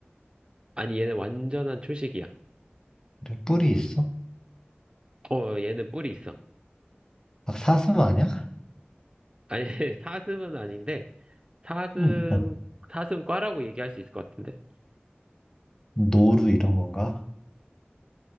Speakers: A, on the right; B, on the left.
A: 아니, 얘는 완전한 초식이야.
B: 그래, 뿔이 있어?
A: 어, 얘는 뿔이 있어.
B: 막 사슴 아니야?
A: 아니, <laughs> 사슴은 아닌데, 사슴,
B: 응. 어.
A: 사슴과라고 얘기할 수 있을 것 같은데.
B: 노루 이런 건가?